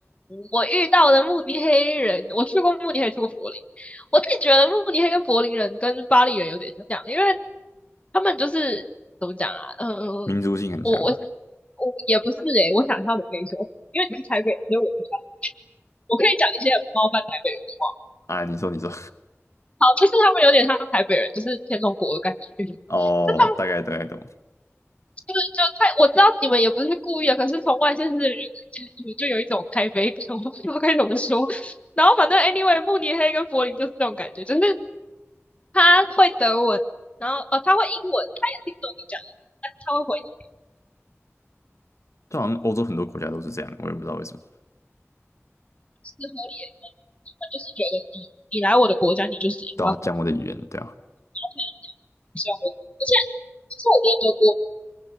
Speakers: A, on the left; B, on the left.
A: 我遇到的慕尼黑人，我去过慕尼黑，去过柏林。我自己觉得慕尼黑跟柏林人跟巴黎人有点像，因为他们就是怎么讲啊？嗯，
B: 民族性很强嘛。
A: 我我我也不是诶、我想一下怎么跟你说，因为你是台北人所以我不知道。我可以讲一些很冒犯台北人的话。
B: 啊，你说你说，
A: 好，就是他们有点像台北人，就是天龙国的感觉。<laughs>
B: <laughs> 哦，
A: 就他们
B: 大概大概懂，
A: 对，就太我知道你们也不是故意的，可是从外县市的人看起来，你们就有一种台北感，我不知道该怎么说。然后反正 anyway，慕尼黑跟柏林就是这种感觉，就是他会德文，然后哦他会英文，他也听不懂你讲英文，但是他会回你
B: 就好像欧洲很多国家都是这样，我也不知道为什么。
A: 是合理的，他就是觉得你你来我的国家，你就是应该我
B: 对啊，讲我的语言，对啊，
A: ，OK，希望我，而且其实我觉得德国，